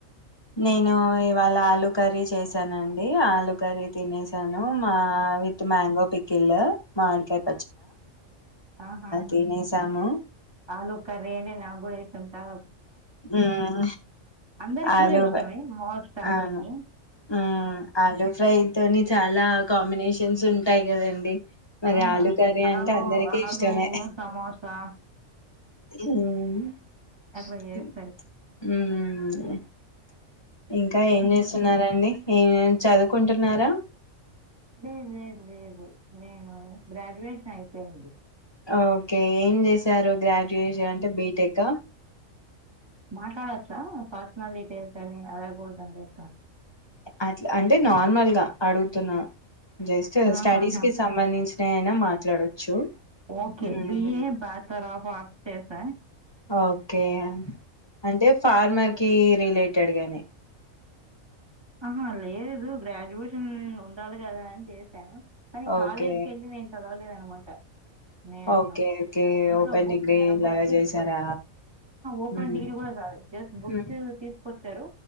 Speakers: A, on the left; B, on the right.
A: నేను ఇవాళ ఆలు కర్రీ చేశానం ది ఆలు కర్రీ తినేసాను మా విత్ మ్యాంగో పికిల్ మామిడికాయ్
B: హా హా హా
A: తినేసాము
B: ఆలు కర్రీ అనే నాగుడ తింటనం
A: హుమ్
B: అందరికి
A: ఆలు
B: కూడా ఇష్టమే
A: ఫ్రై
B: మోస్ట్ అందరికి
A: అ హుమ్ ఆలు ఫ్రై తోని చాలా కాంబినేషన్స్ ఉంటాయి కదండి మరి
B: ఆ
A: ఆలు కర్రీ
B: అరలో
A: అంటే అందరికి
B: ఆలు
A: ఇష్టమే
B: సమోసా
A: హుమ్
B: అట్లా చేస్తారు.
A: ఇంకా ఏం
B: హ్మ్
A: చేస్తున్నరండి ఏం చదువుకుంటున్నారా
B: లేదు లేదు లేదు నేను గ్రాడ్యుయేట్ అయిపోయింది
A: ఓకే ఏం చేశారు గ్రాడ్యుయేషన్ అంటే బీటెక్ ఆ
B: మాట్లాడచ్చా పర్సనల్ తేతనే అలాగూ దం అతా
A: అట్లా అంటే నార్మల్గా అడుగుతున్నా జస్ట్
B: ఆహాహా
A: స్టడీస్ కి సంబంధించి నైనా మాట్లాడొచ్చు
B: okay
A: um,
B: BA bachelor of arts చేసా
A: ఓకే అంటే ఫార్మర్ కి రిలేటెడ్ గాని
B: ఆహా లేదు గ్రాడ్యుయేషన్ ఉండాలి కదా అని ను కానీ
A: ఓకే.
B: కాలేజ్ క వెలీ నేను చదవలేదును మాట నే
A: ఓకే. ఓకే.
B: ఇంట్లో
A: ఓపెన్
B: బుక్స్
A: డిగ్రీ
B: బుక్స్
A: లాగా
B: తీసు
A: చేశారా?
B: ఓపెన్
A: హ్మ్.
B: డిగ్రీ కూడా కాదు జ బుక్స్
A: హ్మ్.
B: తీసుకొచ్చారు